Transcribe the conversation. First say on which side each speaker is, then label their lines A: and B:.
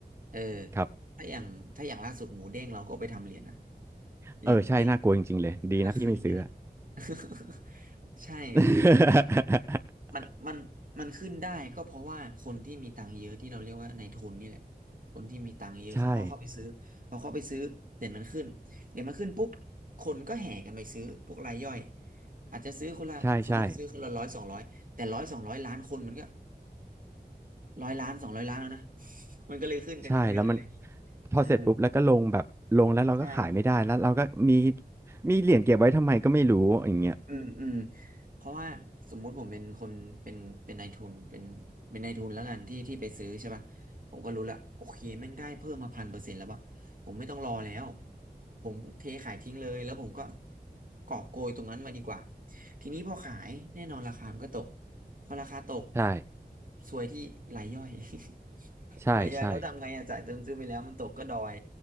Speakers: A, on the right (about 55°); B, on the right (about 15°).
A: เออ
B: ครับ
A: ถ้าอย่างถ้าอย่างล่าสุดหมูเด้งเราก็ไปทำเหรียญนะเหรียญหมูเด้ง
B: เออใช่น่ากลัวจริงๆเลยดีนะพี่ไม่ซื้ออะ
A: ก็ขึ้นเยอะ <laughs> ใช่คือ
B: <laughs>
A: มันมันมันขึ้นได้ก็เพราะว่าคนที่มีตังค์เยอะที่เราเรียกว่าในายทุนนี่แหละคนที่มีตังค์เยอะเขาก็เข้าไปซื้อพอเข้าไปซื้อเหรียญมันขึ้นเหรียญมันขึ้นปุ๊บคนก็แห่กันไปซื้อพวกรายย่อย
B: ใช่
A: อาจจะซื้อคนละสมมติซื้อคนละร้อยสองร้อยแต่ร้อยสองร้อยล้านคนมันก็
B: ใช่ใช่
A: ร้อยล้านสองร้อยล้านแล้วนะ <laughs> มันก็เลยขึ้นกันเยอะๆอะไรอย่างงี้
B: ใช่แล้วมันพอเสร็จปุ๊บแล้วก็ลงแบบลงแล้วเราก็ขายไม่ได้แล้วเราก็มี
A: อืมใช่
B: มีเหรียญเก็บไว้ทำไมก็ไม่รู้อย่างเงี้ย
A: อืมอืมเพราะว่าสมมุติผมเป็นคนเป็นเป็นนายทุนเป็นเป็นนายทุนแล้วกันที่ที่ไปซื้อใช่ป่ะผมก็รู้ละโอเคแม่งได้เพิ่มมาพันเปอร์เซ็นต์แล้วปะผมไม่ต้องรอแล้วผมเทขายทิ้งเลยแล้วผมก็กอบโกยตรงนั้นมาดีกว่าทีนี้พอขายแน่นอนราคามันก็ตกพอราคาตก
B: ใช่
A: ซวยที่รายย่อย <laughs>
B: ใช่ใช่
A: รายย่อยแล้วทำไงอะจ่ายเติมซื้อไปแล้วมันตกก็ดอย